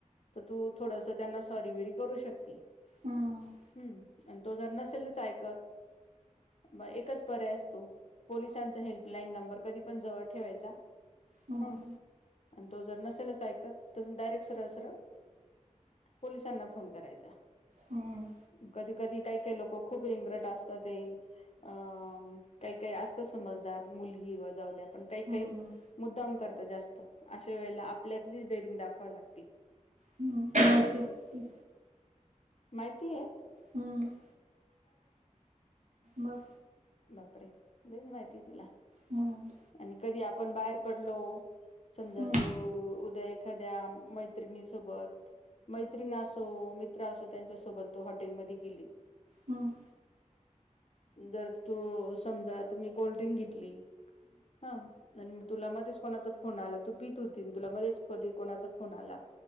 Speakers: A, on the left (about 55°); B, on the right (about 65°).
A: तर तू थोडस त्यांना सॉरी बी री करू शकते.
B: हम्म.
A: हम्म, आणि तो जर नसेल च ऐकत मग एकच पर्याय असतो पोलिसांचा हेल्पलाईन नंबर कधी पण जवळ ठेवायचा.
B: हम्म.
A: ह. आणि तो जर नसेलच ऐकत तस डायरेक्ट सरळ, सरळ पोलिसांना फोन करायचा.
B: हम्म.
A: कधी, कधी काही, काही लोक खूप इंग्रट असतात ते अ काही, काही असतं समजदार मुलगी ही जाऊद्या पण काही,
B: हम्म.
A: काही मुद्दाम करत जास्त अशा वेळेला आपल्यातलीच डेअरिंग दाखवावी लागते.
B: हम्म, माहिती असते.
A: माहिती आहे.
B: हम्म बघ
A: बापरे लईच माहिती तुला
B: हम्म
A: आणि कधी आपण बाहेर पडलो समजा
B: हम्म
A: तू उद्या एखाद्या मैत्रिणी सोबत मैत्रिण असो मित्र असो त्यांच्यासोबत तु हॉटेलमध्ये गेली
B: हम्म.
A: जर तू समजा तुम्ही कोल्डड्रिंक घेतली. ह... तुला मध्येच कोणाचा फोन आला तू पीत होती तुला मध्येच कधी कोणाचा फोन आला